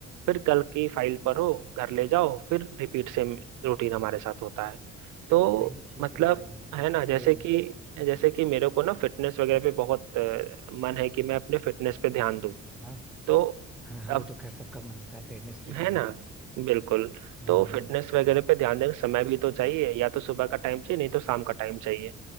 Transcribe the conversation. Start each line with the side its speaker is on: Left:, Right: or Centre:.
Right: फिर कल की फाइल पर हो घर ले जाओ फिर रिपीट सेम रूटीन हमारे साथ होता है तो
Centre: वही चीज
Right: मतलब
Centre: है भाई
Right: है ना जैसे
Centre: से
Right: कि जैसे कि मेरे को ना फिटनेस वगैरह पे बहुत अ, मन है कि मैं अपने फिटनेस पे ध्यान दूं
Centre: हाँ
Right: तो
Centre: हाँ हाँ
Right: अब
Centre: वो तो खैर सबका मन होता है फिटनेस फ्रीक
Right: है
Centre: होने
Right: ना
Centre: का
Right: बिल्कुल
Centre: हाँ
Right: तो फिटनेस वगैरह पे ध्यान देना समय भी तो चाहिए या तो सुबह का टाइम चाहिए नहीं तो शाम का टाइम चाहिए